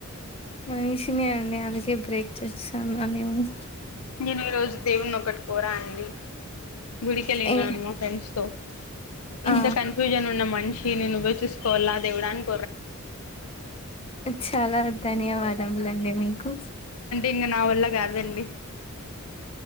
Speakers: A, on the left; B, on the left.
A: మనిషినే అండి అందుకే బ్రేక్ చేసాన్న నేను
B: నేను ఈ రోజు దేవున్ని ఒకటి కోరా అండి గుడికెళ్ళిన్నాను
A: ఏ
B: మా ఫ్రెండ్స్ తో ఇంత
A: ఆ
B: కన్ఫ్యూజన్ ఉన్న మనిషి ఈన్ని నువ్వే చసుకోవాల్లా దేవుడా అన్
A: చాలా ధన్యవాదములండి మీకు
B: ఇంగ నా వల్ల గాదండి